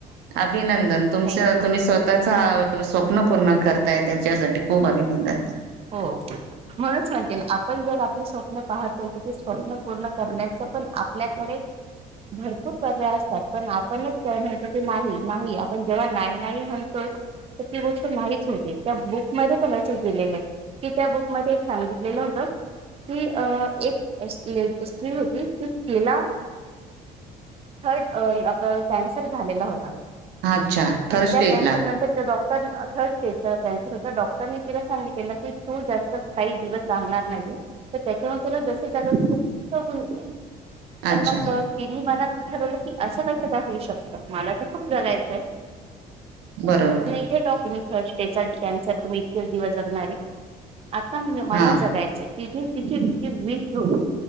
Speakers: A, on the right; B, on the right.
A: अभिनंदन तुमचं
B: थँक्यू
A: तुम्ही स्वतःचा स्वप्न पूर्ण करताय त्याच्यासाठी खूप अभिनंदन.
B: हो. म्हणूनच म्हणते ना, आपण जर आपले स्वप्न पाहतो, तर ते स्वप्न पूर्ण करण्याचं पण आपल्याकडे भरपूर पर्याय असतात, पण आपणच तेव्हा म्हणतो की नाही नाही, आपण जेव्हा नाही नाही म्हणतो तर ती गोष्ट नाहीच होते, त्या बुकमध्ये पण असंच दिलेलंय. कि त्या बुक मध्ये एक सांगितलेलं होतं ती अ एक अस स्त्री होती की तिला थर्ड अ प कॅन्सर झालेला होता
A: अच्छा
B: आणि
A: थर्ड स्टेज
B: त्या कॅन्सर
A: ला
B: नंतर ते डॉक तर अ थर्ड स्टेजचा कॅन्सर होता, डॉक्टरनी तिला सांगितलेलं की तू जास्त काही दिवस राहणार नाहीये. तर त्याच्यामुळं तुला जसं जगायचंय तसं तु जगून घे. पण
A: अच्छा
B: मग अ तिनी मनात ठरवलं की असं कसं काय होऊ शकतं, मला तर खूप जगायचंय.
A: बरोब
B: नाय हे <unintelligible> थर्ट डे कॅन्सर तुम्ही इतकेच दिवस जगणार आहे. आता मला
A: हा
B: जगायचंय ति तिची ती वीष होती.